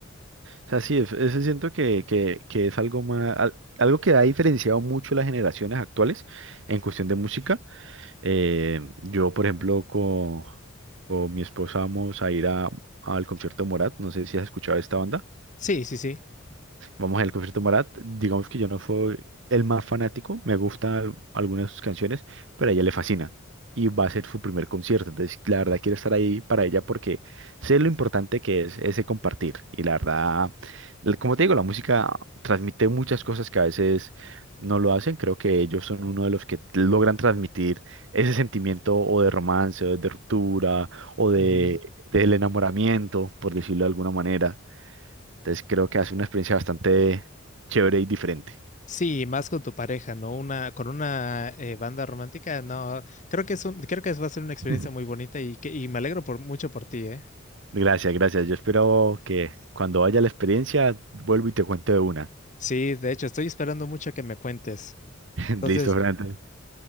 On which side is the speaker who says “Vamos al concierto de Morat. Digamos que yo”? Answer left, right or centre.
Right